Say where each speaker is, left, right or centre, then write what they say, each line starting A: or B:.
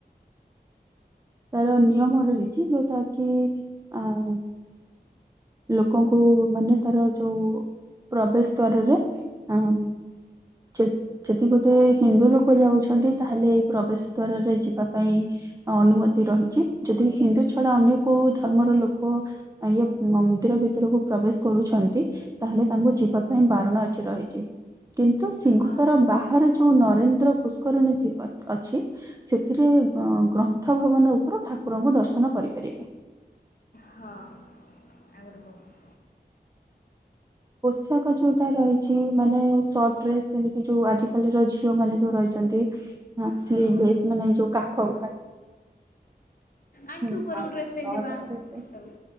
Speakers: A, on the right; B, on the left.
A: ତାର ନିୟମ ରହିଛି ଯୋଉଟା କି ଅ ଲୋକଙ୍କୁ ମାନେ ତାର ଯୋଉ ପ୍ରବେଶ ଦ୍ଵାରରେ ଅ <inaudible> ଯଦି ଗୋଟେ ହିନ୍ଦୁ ଲୋକ ଯାଉଛନ୍ତି। ତାହେଲେ ଏଇ ପ୍ରବେଶ ଦ୍ଵାରରେ ଯିବା ପାଇଁ ଅନୁମତି ରହିଛି, ! ଯଦି ହିନ୍ଦୁ ଛଡା ଅନ୍ୟ କୋଉ ଧର୍ମର ଲୋକ ଇଏ ମନ୍ଦିର ଭିତରକୁ ପ୍ରବେଶ କରୁଛନ୍ତି ତାହେଲେ ତାଙ୍କୁ ଯିବା ପାଇଁ ବାରଣ ଏଠି ରହିଛି। କିନ୍ତୁ ସିଂହ
B: ହଁ
A: ଦାର ବାହାରେ ଯୋଉ ନରେନ୍ଦ୍ର ପୁଷ୍କରଣୀତି ଅଛି,। ସେଥିରେ ଗ୍ରନ୍ଥ ଭବନ ଉପରୁ ଠାକୁରଙ୍କୁ ଦର୍ଶନ କରିପାରିବେ।
B: ହଁ ଆ ଗଟ କହ <unintelligible>
A: ପୋଷାକ ଯୋଉଟା ରହିଛି ମାନେ ସଟ ଡ୍ରେସ ପିନ୍ଧିକି ଯୋଉ ଆଜି କାଲିର ଝିଅ ମାନେ ଯୋଉ ରହିଛନ୍ତି। ହ ସ୍ଲିପ
B: ହଁ
A: ମାନେ ଯୋଉ କାଖ
B: ଆଣ୍ଠୁ
A: ହୁଁ
B: ଉପରକୁ
A: ଆଉ
B: ଡ୍ରେସ୍ ପିନ୍ଧିବା
A: ସର୍ଟ ଡ୍ରେସ
B: ଏସବୁ।